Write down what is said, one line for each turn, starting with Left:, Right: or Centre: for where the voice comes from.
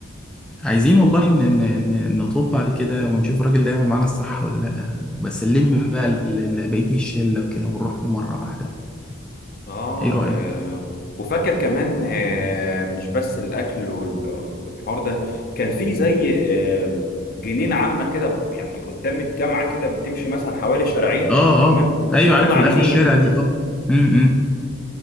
Centre: عايزين والله إن إن إن نطب عليه كده ونشوف الراجل ده يعمل معانا الصح ولا لأ بس نلم بقى ال- ال- بقية الشلة وكده ونروح له مرة واحدة
Left: اه,
Centre: إيه رأيك؟
Left: آه وفاكر كمان آه مش بس الاكل وال- والحوار ده كان في زي آه جنينه عامه كده يعني قدام الجامعه كده بتمشي مثلا حوالي شارعين
Centre: آه
Left: تمام
Centre: آه
Left: كانت
Centre: أيوه
Left: بتطل
Centre: عارف
Left: على
Centre: الآخر
Left: النيل
Centre: الشارع دي آه امم